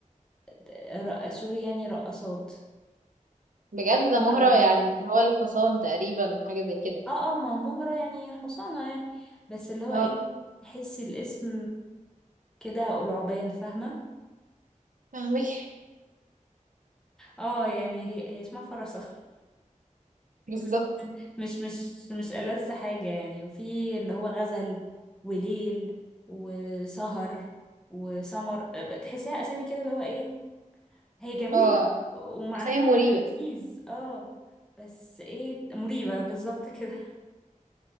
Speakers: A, in the centre; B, on the right (about 75°).
A: آه، رق- سوري يعني رقصات
B: بجد ده مهرة
A: أو
B: يعني هو الحصان تقريبا حاجة زي كده
A: اه اه ما مهرة يعني حصانة يعني بس اللي هو
B: اه
A: إيه تحسي الاسم كده قلعبان فاهمة
B: فاهمك
A: اه يعني هي هي اسمها فرسة
B: <laughs> بالظبط
A: <laughs> مش مش مش ألذ حاجة يعني وفي اللي هو غزل وليل وسهر وسمر بتحسيها أسامي كده اللي هو إيه هي جميلة
B: اه
A: ومعناها
B: اسامي مريبة
A: لذيذ اه بس ايه مريبة بالظبط كده